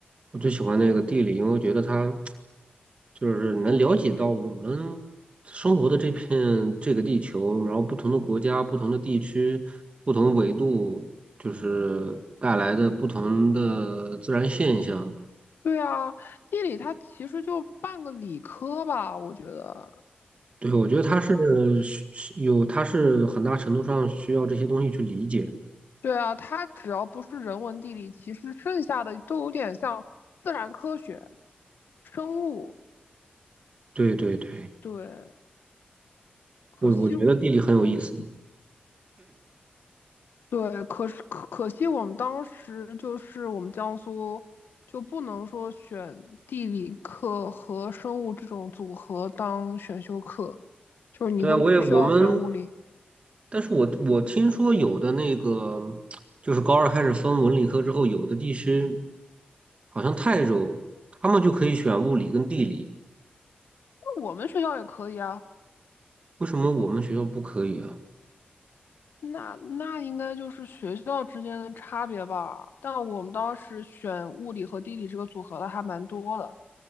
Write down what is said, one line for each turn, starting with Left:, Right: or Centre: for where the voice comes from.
Right: 我最喜欢那个地理，因为我觉得它就是能了解到我们生活的这片这个地球，然后不同的国家、不同的地区、不同纬度，就是带来的不同的自然现象。
Left: 对啊，地理它其实就半个理科吧，我觉得。
Right: 对，我觉得它是需需有，它是很大程度上需要这些东西去理解。
Left: 对啊，它只要不是人文地理，其实剩下的都有点像自然科学、生物。
Right: 对对对，
Left: 对，可惜我
Right: 我我觉得地理很有意思。
Left: 嗯，对，可是可可惜我们当时就是我们江苏就不能说选地理课和生物这种组合当选修课，就是你会必须要选物理。
Right: 对啊，我也我们，但是我我听说有的那个，就是高二开始分文理科之后，有的地区好像泰州，他们就可以选物理跟地理，
Left: 那我们学校也可以啊。
Right: 为什么我们学校不可以啊？
Left: 那那应该就是学校之间的差别吧，但我们当时选物理和地理这个组合的还蛮多的。